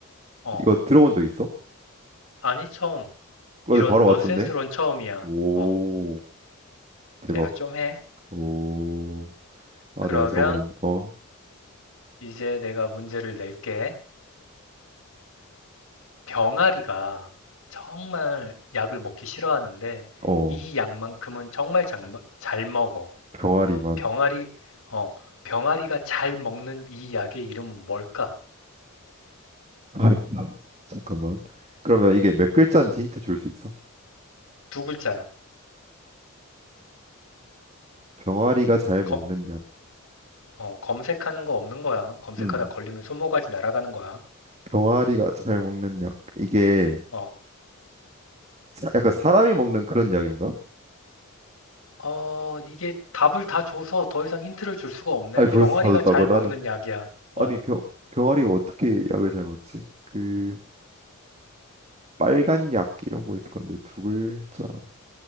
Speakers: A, on the left (about 75°); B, on the right (about 30°).
A: 어.
B: 이거 들어본 적 있어?
A: 아니, 처음.
B: 근데
A: 이런
B: 바로
A: 넌센스론
B: 맞췄네
A: 처음이야.
B: 오
A: 어,
B: 대박
A: 내가 좀 해.
B: 오 아,
A: 그러면
B: 내가 저번에 어,
A: 이제 내가 문제를 낼게. 병아리가 정말 약을 먹기 싫어하는데
B: 어,
A: 이 약만큼은 정말 잘, 먹- 잘 먹어.
B: 병아리만.
A: 병아리, 어, 병아리가 잘 먹는 이 약의 이름은 뭘까?
B: 아, <laughs> 잠깐만. 그러면 이게 몇 글자인지 힌트 줄 수 있어?
A: 두 글자야.
B: 병아리가 잘 먹는
A: 검,
B: 약.
A: 어, 검색하는 거 없는 거야. 검색하다
B: 음,
A: 걸리면 손모가지 날아가는 거야.
B: 병아리가 잘 먹는 약. 이게
A: 어,
B: 사- 약간 사람이 먹는 그런 약인가?
A: 어, 이게 답을 다 줘서 더 이상 힌트를 줄 수가 없네.
B: 아니, 벌써
A: 병아리가
B: 다 줬다고
A: 잘
B: 나는.
A: 먹는 약이야. 어,
B: 아니, 병 병아리가 어떻게 약을 잘 먹지? 그 빨간 약 이런 거 있을 건데 두 글자가